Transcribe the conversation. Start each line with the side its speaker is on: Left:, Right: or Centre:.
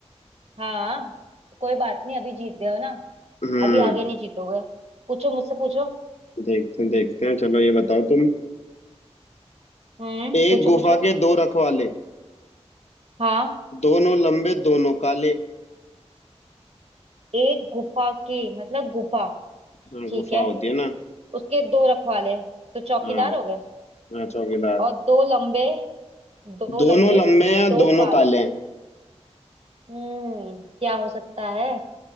Right: हाँ कोई बात नहीं अभी जीत गए हो ना
Left: हम्म
Right: अभी आगे नहीं जीतोगे पूछो मुझसे पूछो
Left: देखते हैं देखते हैं चलो ये बताओ तुम
Right: हम्म
Left: एक
Right: पूछो
Left: गुफा
Right: पूछो
Left: के दो रखवाले
Right: हाँ
Left: दोनों लंबे दोनों काले
Right: एक गुफा के मतलब गुफा
Left: हाँ
Right: ठीक
Left: गुफा
Right: है
Left: होती है ना
Right: उसके दो रखवाले तो चौकीदार
Left: हाँ
Right: हो गए
Left: हाँ चौकीदार
Right: और दो लंबे दो लंबे
Left: दोनों लंबे हैं
Right: दो
Left: दोनों
Right: काले
Left: काले हैं
Right: हम्म क्या हो सकता है